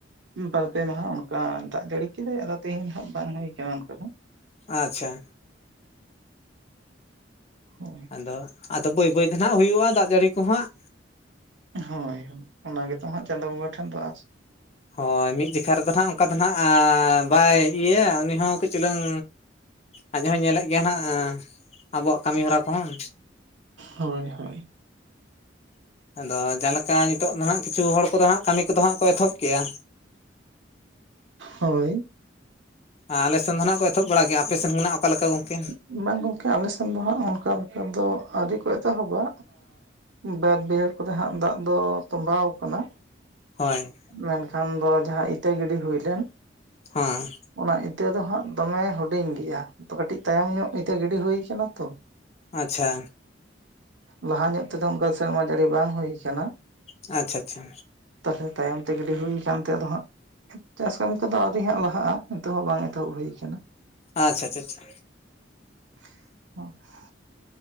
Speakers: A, on the right; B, on the left.
A: ᱵᱟᱨᱯᱮ ᱢᱟᱦᱟ ᱚᱱᱠᱟ ᱫᱟᱜ ᱡᱟᱹᱲᱤ ᱠᱮᱫᱟᱭ ᱟᱫᱚ ᱛᱮᱦᱤᱧ ᱦᱟᱜ ᱵᱟᱝ ᱦᱩᱭᱩ ᱟᱠᱟᱱᱟ ᱚᱱᱠᱟ ᱫᱚ᱾
B: ᱟᱪᱪᱷᱟ,
A: ᱦᱳᱭ
B: ᱟᱫᱚ ᱟᱫᱚ ᱵᱟᱹᱭ ᱵᱟᱹᱭᱛᱮ ᱱᱟᱦᱜ ᱦᱩᱭᱩᱜᱼᱟ ᱫᱟᱜ ᱡᱟᱹᱲᱤ ᱠᱚ ᱦᱟᱸᱜ᱾
A: ᱦᱳᱭ ᱦᱳᱭ ᱚᱱᱟ ᱜᱮᱛᱚ ᱦᱟᱸᱜ ᱪᱟᱸᱫᱚ ᱵᱚᱸᱜᱟ ᱴᱷᱮᱱ ᱫᱚ ᱟᱥ᱾
B: ᱦᱳᱭ ᱢᱤᱫ ᱡᱚᱠᱷᱟ ᱨᱮᱫᱚ ᱱᱟᱦᱜ ᱚᱱᱠᱟ ᱫᱚ ᱱᱟᱸᱜ ᱵᱟᱭ ᱤᱭᱟᱹᱭᱟ ᱩᱱᱤ ᱦᱚᱸ ᱠᱟᱹᱡ ᱪᱩᱞᱩᱝ ᱟᱡ ᱦᱚᱭ ᱧᱮᱞᱮᱫ ᱜᱮᱭᱟ ᱱᱟᱜ ᱟᱵᱚᱣᱟᱜ ᱠᱟᱹᱢᱤ ᱦᱚᱨᱟ ᱠᱚᱦᱚᱸ᱾
A: ᱦᱳᱭ ᱦᱳᱭ᱾
B: ᱟᱫᱚ ᱡᱟᱦᱟᱸ ᱞᱮᱠᱟ ᱱᱤᱛᱚᱜ ᱫᱚ ᱱᱟᱦᱜ ᱠᱤᱪᱷᱩ ᱦᱚᱲ ᱠᱚᱫᱚ ᱦᱟᱸᱜ ᱠᱟᱹᱢᱤ ᱠᱚᱫᱚ ᱦᱟᱸᱜ ᱠᱚ ᱮᱛᱚᱦᱚᱵ ᱠᱮᱜᱼᱟ᱾
A: ᱦᱳᱭ᱾
B: ᱟᱨ ᱟᱞᱮ ᱥᱮᱱ ᱫᱚ ᱱᱟᱜ ᱠᱚ ᱮᱛᱚᱦᱚᱵ ᱵᱟᱲᱟ ᱠᱮᱜᱼᱟ, ᱟᱯᱮ ᱥᱮᱱ ᱱᱟᱦᱜ ᱚᱠᱟᱮ ᱞᱮᱠᱟ ᱜᱚᱝᱠᱮ?
A: ᱵᱝᱟ ᱜᱚᱝᱠᱮ ᱟᱞᱮ ᱥᱮᱱ ᱫᱚ ᱦᱟᱸᱜ ᱚᱱᱠᱟ ᱞᱮᱠᱟ ᱫᱚ ᱟᱹᱨᱤ ᱠᱚ ᱮᱛᱚᱦᱚᱵᱟ᱾ ᱵᱟᱹᱫᱽ ᱵᱟᱹᱭᱦᱟᱹᱲ ᱠᱚᱨᱮ ᱦᱟᱸᱜ ᱫᱟᱜ ᱫᱚ ᱛᱚᱵᱟᱣ ᱟᱠᱟᱱᱟ᱾
B: ᱦᱳᱭ᱾
A: ᱢᱮᱱᱠᱷᱟᱱ ᱫᱚ ᱡᱟᱦᱟᱸ ᱤᱛᱟᱹ ᱜᱤᱰᱤ ᱦᱩᱭᱞᱮᱱ
B: ᱦᱮᱸ᱾
A: ᱚᱱᱟ ᱤᱛᱟᱹ ᱫᱚ ᱦᱟᱸᱜ ᱫᱚᱢᱮ ᱦᱩᱰᱤᱧ ᱜᱮᱭᱟ᱾ ᱠᱟᱹᱴᱤᱡ ᱛᱟᱭᱚᱢ ᱧᱚᱜ ᱤᱛᱟᱹ ᱜᱤᱰᱤ ᱦᱩᱭ ᱠᱟᱱᱟ ᱛᱚ᱾
B: ᱟᱪᱪᱷᱟ᱾
A: ᱞᱟᱦᱟ ᱧᱚᱜ ᱛᱮᱫᱚ ᱚᱱᱠᱟ ᱥᱮᱨᱢᱟ ᱡᱟᱹᱲᱤ ᱵᱟᱝ ᱦᱩᱭ ᱟᱠᱟᱱᱟ᱾
B: ᱟᱪᱪᱷᱟ ᱟᱪᱪᱷᱟ᱾
A: ᱛᱟᱦᱚᱞᱮ ᱛᱟᱭᱚᱢ ᱛᱮ ᱜᱟᱹᱰᱤ ᱦᱩᱭ ᱟᱠᱟᱱ ᱛᱟᱦᱮᱸ ᱟᱫᱚ ᱦᱟᱸᱜ ᱪᱟᱥ ᱠᱟᱹᱢᱤ ᱠᱚᱫᱚ ᱟᱣᱨᱤ ᱦᱟᱸᱜ ᱞᱟᱦᱟᱜᱼᱟ, ᱱᱤᱛᱚᱜ ᱦᱚᱸ ᱵᱟᱝ ᱮᱛᱚᱦᱚᱵ ᱦᱩᱭ ᱟᱠᱟᱱᱟ᱾
B: ᱟᱪᱪᱷᱟ ᱟᱪᱪᱷᱟ <inaudible>
A: <unintelligible>